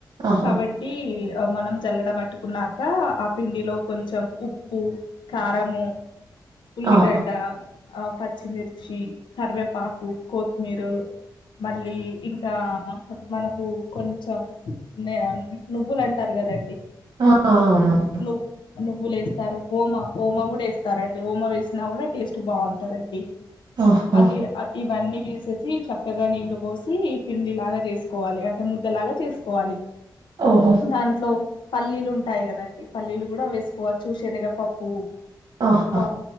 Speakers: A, on the right; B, on the left.
A: ఆహా
B: కాబట్టి ఆ మనం జల్లడ పట్టుకున్నాక ఆ పిండిలో కొంచెం ఉప్పు, కారము ఉల్లిగడ్డ,
A: ఆ
B: ఆ పచ్చిమిర్చి, కరివేపాకు, కొత్తిమీరు మళ్ళీ ఇంకా మనకు కొంచెం నేం నువ్వులు అంటారు కదండి
A: ఆ అవునవును
B: ను ను నువ్వులు వేస్తారు ఓమా ఓమ కూడా వేస్తారండి ఓమా వేసినా కూడా టేస్ట్ బావుంటందండి.
A: ఆహా
B: అది అ ఇవన్నీ వీసేసి చ క్కగా నీళ్లు పోసి పిండి లాగా చేసుకోవాలి అంటే ముద్దలాగా చేసుకోవాలి.
A: ఓహో
B: దాంట్లో పల్లీలు ఉంటాయి కదండి పల్లీలు కూడా వేసుకోవచ్చు. శనగపప్పు
A: ఆహా
B: ఆ